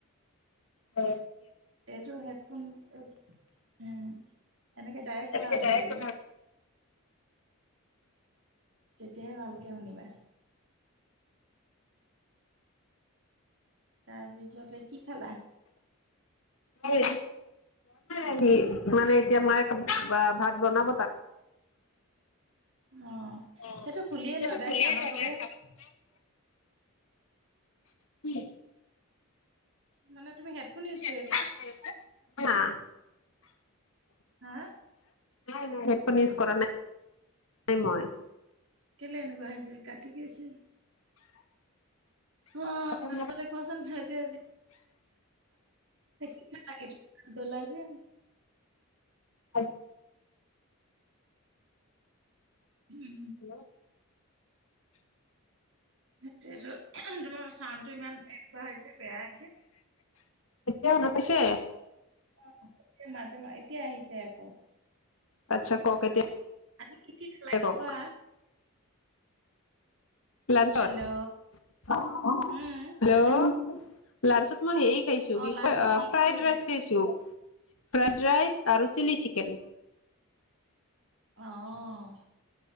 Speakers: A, on the left (about 70°); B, on the right (about 60°).
A: অ
B: এইটো হেডফোন উম এনেকে ডাইৰেক্ট
A: তেনেকে
B: কথা পাতিব
A: ডাইৰেক্ট
B: লাগিব।
A: কথা
B: তেতিয়াই ভালকে শুনিবা। তাৰপিছতে কি খালা?
A: খোৱাাই আহি মানে এতিয়া মায়ে ভাত বনাব তাত
B: অ
A: অ'
B: সেইটো খুলিয়েই
A: সেইটো
B: লোৱাদাই
A: খুলিয়ে
B: কাণত
A: লোৱা
B: লগাই
A: ডাইৰেক্ট কাণত তুমি কি?
B: পাতা। মানে তুমি headphone use
A: head phone use কৰি আছা হা।
B: হা
A: নাই নাই। হেডফোন উজ কৰা নাই। মই।
B: কেলে এনেকুৱা আহ হৈছে কাটি কিছে। অ
A: এতিয়া
B: তাৰপিছতে কোৱাচোন সজি কি লাগ তলে যে
A: হ
B: উম।
A: হেল্ল'
B: উ যেতু তোমাৰ চাউণ্ডটো ইমান এনেকুৱা হৈছে বেয়া হৈছে।
A: এতিয়া শুনা পাইছে?
B: অ এয়া মাজে মাজ এতিয়া আহিছে আকৌ।
A: আচ্ছা
B: সেইটো
A: ক
B: কাৰণে
A: এতিয়া।
B: আজি কি কি খালাগে
A: এতিয়া কক
B: কোৱা
A: লাঞ্চত
B: হেল্ল'
A: হেল্ল'
B: উম,
A: লাঞ্চত মই সেই খাইছো
B: অ
A: কি
B: লাঞ্চ কি
A: ফ্ৰাইড
B: কি কৰিলা
A: ৰাইচ খাইছো। ফ্ৰাইড ৰাইচ, আৰু চিলি চিকেন।
B: আহ।